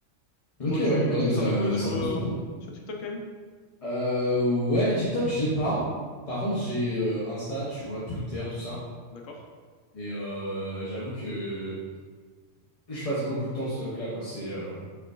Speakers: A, on the left; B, on the left.
A: Ok,
B: Toi, tu
A: ouais. Bah, non,
B: tu
A: mais
B: traînes
A: ça,
B: un peu sur
A: ça peut
B: euh,
A: se comprendre.
B: sur TikTok quand même?
A: Euh, ouais, TikTok, j'ai pas. Par contre, j'ai euh, Insta, tu vois, Twitter, tout ça.
B: D'accord.
A: Et euh, j'avoue que je passe beaucoup de temps sur ce truc-là, quoi. C'est, euh,